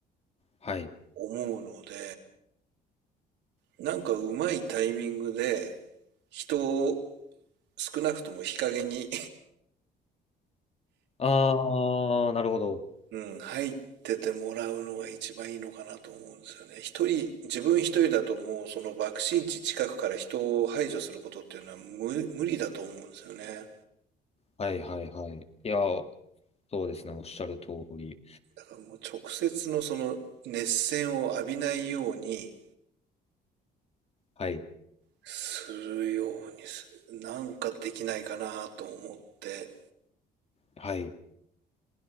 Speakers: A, on the left; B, on the right.
A: はい。
B: 思うので、なんかうまいタイミングで、人を少なくとも日陰に
A: あー、なるほど。
B: <laughs> うん、入っててもらうのが一番いいのかなと思うんですよね。一人、自分一人だともうその爆心地近くから人を排除することっていうのは無、無理だと思うんですよね。
A: はい、はい、はい。いや、そうですね。おっしゃる通り。
B: だからもう直接のその熱線を浴びないように
A: はい、
B: するようにす、なんかできないかなと思って
A: はい。